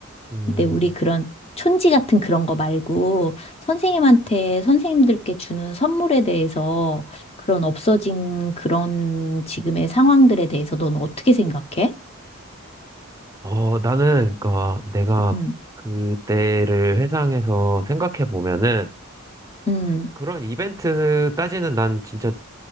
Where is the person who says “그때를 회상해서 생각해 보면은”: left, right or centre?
Right